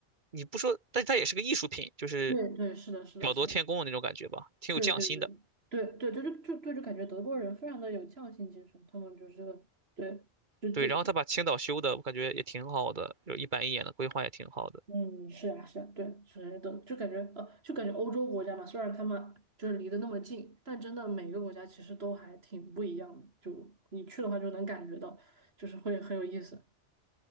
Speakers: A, on the right; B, on the right.
A: 你不说，但是它也是个艺术品，就是
B: 对，对，是的，是的，
A: 巧夺天工的那种感觉吧，
B: 是的。
A: 挺有匠心的。
B: 对对对对对，就就就就就感觉德国人非常的有匠心精神，他们就是对，就就
A: 对，然后他把青岛修的，我感觉也挺好的，就一板一眼的规划也挺好的。
B: 嗯，是啊是啊，对，首先德就感觉呃，就感觉欧洲国家嘛，虽然他们就是离得那么近，但真的每个国家其实都还挺不一样的，就你去的话就能感觉到，就是会很有意思。